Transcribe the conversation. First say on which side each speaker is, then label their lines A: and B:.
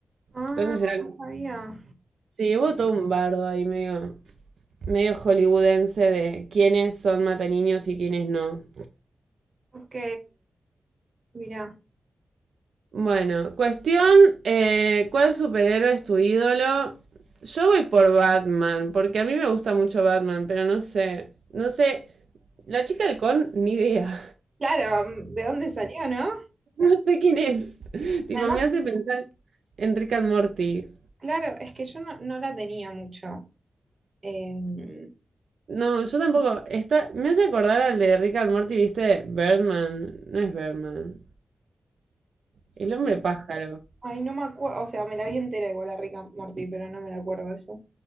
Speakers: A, on the right; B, on the right.
A: Ah,
B: Entonces era
A: no sabía.
B: Sí, hubo todo un bardo ahí medio, medio hollywoodense de quiénes son mataniños y quiénes no.
A: Ok, mira.
B: Bueno, cuestión, eh, ¿cuál superhéroe es tu ídolo? Yo voy por Batman, porque a mí me gusta mucho Batman, pero no sé, no sé, la chica del ni idea,
A: Claro, mm, ¿de dónde salió, no?
B: <laughs> no sé quién es. Tipo,
A: Además,
B: me hace pensar en Rick and Morty.
A: claro, es que yo no, no la tenía mucho. Eh,
B: No, yo tampoco, está, me hace acordar al de Rick and Morty, ¿viste? Birdman, no es Birdman, el hombre pájaro.
A: Ay, no me acuerdo, o sea, me la vi entera igual a Rick and Morty, pero no me la acuerdo de eso.